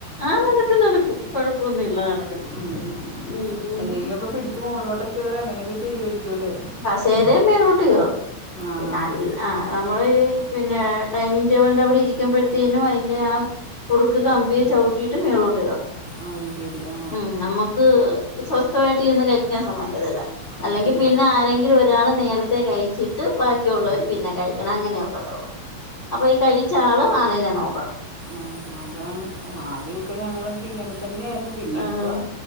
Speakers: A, on the left; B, on the right.
A: ആഹ് നടക്കും നടക്കും കൊഴപ്പൊന്നും ഇല്ല നടക്കും
B: ഉം, ഉം.
A: ഉം
B: എന്തെങ്കിലുമൊക്കെ പിടടിച്ച് മുകളിലോട്ടൊെ കയറി അങ്ങനെയൊക്കെ ചെയ്യുമായിരിക്കും അല്ലേ
A: ബ ശേരയും മേളോട്ട് കേയറും
B: ആ
A: പിന്നെ
B: ഹാ
A: അല്ല
B: ഹാ
A: ആ നമ്മള് ഈ പിന്നെ ഡൈനിങ് ടബിന്റെവിടെ ഇരിക്കുമ്പഴ ത്തേനും അതിൻന്റെ ആ ഉറുക്ക് കമ്പിയെ ചവിട്ടിയിട്ട് മേളോട്ട് കയറും
B: അത് ശരി ആ
A: ഉം നമുക്ക് സ്വസ്ഥ- സ്വസ്ഥായിട്ട് ഇരുന്ന് കഴിക്കാൻ ശ്രമിക്കല്ല
B: പറ്റൂല
A: അല്ലെങ്കിൽ പിന്നെ ആരെങ്കിലും ഒരാള് നേര നേരത്തെ കഴിച്ചിട്ട് ബാക്കിയുള്ള ഒരു പിന്നെ കഴിക്കണം അങ്ങനെയൊക്കെത്തുള്ളു അപ്പൊ ഈ കഴിച്ച ആള് ആളിനെ നോക്കും
B: ആഹ അതാണ് ആദ്യൊക്കെ ഞങ്ങളൊക്കെ ഇങ്ങനെ തന്നെയ ആായിരുന്നു പിന്നെ
A: ആഹ്
B: ഇപ്പ